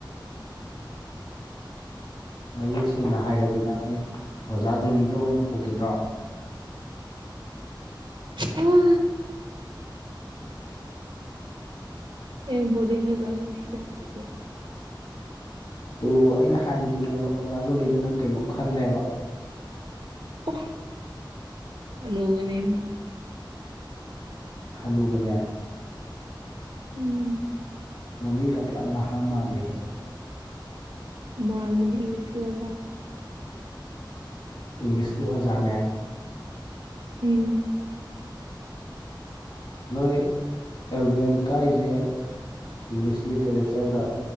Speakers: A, on the left (about 70°); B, on the right (about 70°).
A: ꯃꯌꯦꯛ ꯁꯦꯡꯅ ꯍꯥꯏꯔꯗꯤ ꯅꯪ ꯑꯩ ꯑꯣꯖꯥ ꯖꯨꯂꯤꯗ ꯑꯣꯏꯅ ꯎꯈꯤꯗ꯭ꯔꯣ?
B: ꯎꯝ ꯑꯩ ꯕꯣꯔꯗꯤꯡꯗ ꯗꯥ ꯖꯣꯅꯤꯗ ꯂꯩꯗꯣꯏꯅꯦ꯫
A: ꯇꯣ ꯑꯩꯅ ꯍꯥꯏꯕꯗꯨꯅꯦ ꯑꯣꯖꯥ ꯖꯣꯂꯤꯗ ꯅꯪ ꯀꯩꯅꯣꯝ ꯈꯜꯂꯦꯕ꯫
B: ꯑꯣ ꯑꯅꯨꯕꯅꯦꯝ
A: ꯈꯅꯨꯕꯅꯦ꯫
B: ꯎꯝ
A: ꯃꯃꯤꯡ ꯒꯗꯤ ꯌꯥꯝ ꯅꯍꯥ ꯃꯥꯂꯦ꯫
B: ꯃꯥꯟꯕꯅꯦ ꯏꯪꯂꯤꯁꯀꯤ ꯑꯣꯖꯥ
A: ꯏꯪꯂꯤꯁꯀꯤ ꯑꯣꯖꯥꯅꯦ꯫
B: ꯎꯝ
A: ꯅꯣꯏ ꯑꯦꯜꯕꯦꯟ ꯀꯥꯏꯖꯦ ꯏꯪꯂꯤꯁ ꯂꯤꯇꯔꯦꯆꯔꯗ